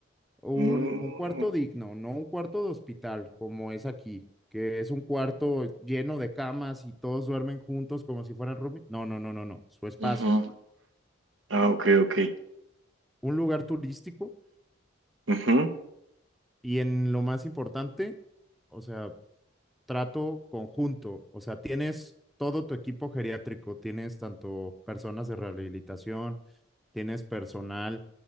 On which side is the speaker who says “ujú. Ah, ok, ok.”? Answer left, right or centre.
Right